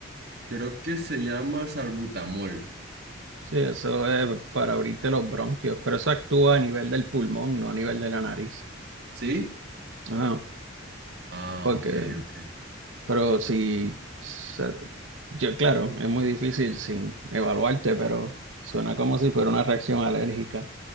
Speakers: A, on the right (about 55°); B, on the right (about 75°).
A: creo que se llama salbutamol.
B: Sí, eso es para abrirte los bronquios, pero eso actúa a nivel del pulmón, no a nivel de la nariz.
A: ¿Sí?
B: Ah,
A: Ah,
B: porque,
A: ok, ok.
B: pero si, se- yo claro, es muy difícil sin evaluarte, pero suena como si fuera una reacción alérgica.